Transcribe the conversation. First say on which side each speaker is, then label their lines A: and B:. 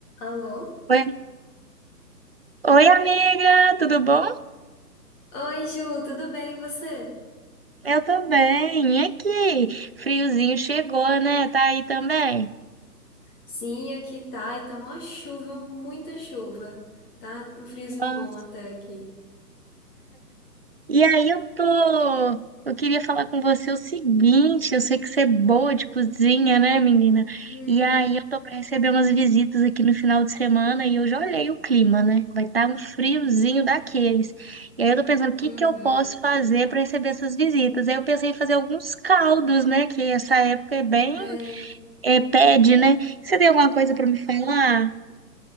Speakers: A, on the left; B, on the right.
A: Alô?
B: Oi, oi, amiga, tudo bom?
A: Oi, Ju, tudo bem e você?
B: Eu tô bem. E aqui? Friozinho chegou, né? Tá aí também.
A: Sim, aqui tá, e tá uma chuva, muita chuva. Tá um friozinho
B: Ah,
A: bom até aqui.
B: E aí eu tô, eu queria falar com você o seguinte, eu sei que você é boa de cozinha, né, menina?
A: Hum,
B: E aí eu tô pra receber umas visitas aqui no final de semana e eu já olhei o clima, né? Vai estar um friozinho daqueles. E aí eu tô pensando, o que
A: uhum.
B: que eu posso fazer pra receber essas visitas? Aí eu pensei em fazer alguns caldos, né, que essa época é bem
A: É,
B: é, pede, né? Você tem alguma coisa pra me falar?